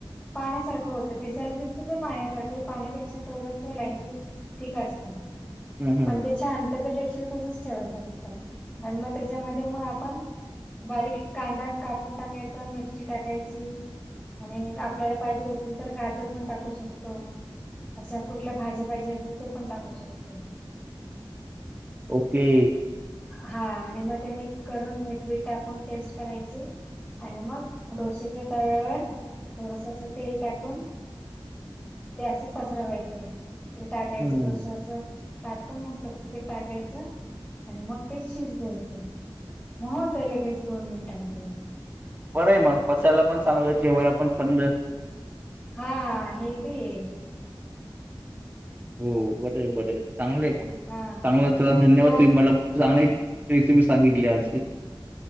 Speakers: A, on the left; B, on the right.
A: पाण्यासारखं होतं दिसल दिसतं ते पाण्यासारखं पाण्यापेक्षा थोडस लाईंटली ठीक असतं
B: हम्म हम्म
A: पण ते छान त्याच्यापेक्षा तसच ठेवायचं असतं आणि म त्याच्यामध्ये म आपण बारीक कांदा कापून टाकायचा, मिरची टाकायची. आणि हे आपल्याला पाहिजे असेल तर गाजर पण टाकू शकतो. अशा कुठल्या भाज्या पाहिजे असं ते पण टाकू शकतो.
B: ओके.
A: हा आणि मग ते मिक्स करून मीठ बीठ टाकून टेस्ट करायचे. आणि मग डोसेच्या तव्यावर थोडसा असं तेल टाकून ते असं पसरावायचं. ते टाकायचं
B: हम्म
A: डोशा असं टाकतं ना तसं ते टाकायचं. आणि मग तेच शिज द्यायचं म होतय लगेच दोन मिनटामध्ये.
B: बरं आहे मम पसायला पण चांगलं जेवायला पण चांगलं.
A: हा हा हेल्दी आहे.
B: हो बरे बरे आहे चांगलेय पण
A: हा.
B: चांगला चला धन्यवाद
A: मी आज
B: तुम्ही मला चांगली रेसिपी सांगितली आज ही.